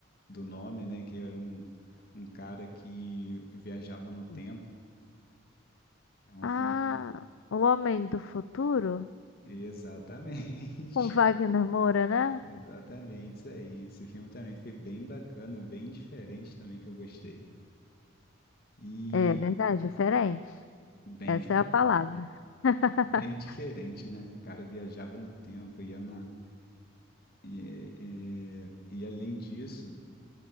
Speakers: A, on the left; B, on the left.
A: do nome, né? Que era um, um cara que viajava no
B: Hum.
A: tempo. É um
B: Ah,
A: filme.
B: O Homem do Futuro?
A: Exatamente.
B: Com Wagner Moura, né?
A: <laughs> Exatamente, isso aí. Esse filme também foi bem bacana, bem diferente também que eu gostei. E
B: É verdade, diferente.
A: bem
B: Essa
A: diferente.
B: é a palavra. <laughs>
A: Bem diferente, né? O cara viajava no tempo, ia na. E, e, e além disso.